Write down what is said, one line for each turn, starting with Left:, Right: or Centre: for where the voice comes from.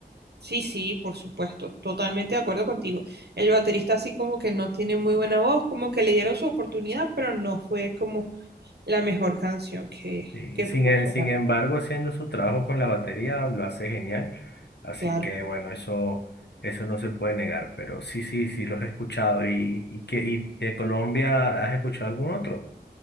Right: Sí, sí, por supuesto, totalmente de acuerdo contigo. El baterista así como que no tiene muy buena voz, como que le dieron su oportunidad, pero no fue como la mejor canción que,
Left: sí.
Right: que
Left: Sin,
Right: pudo
Left: en-
Right: sacar,
Left: sin embargo, haciendo su trabajo con la batería lo hace genial. Así
Right: claro.
Left: que bueno, eso, eso no se puede negar. Pero sí, sí, sí los he escuchado. ¿Y, y, qué- y de Colombia has escuchado algún otro?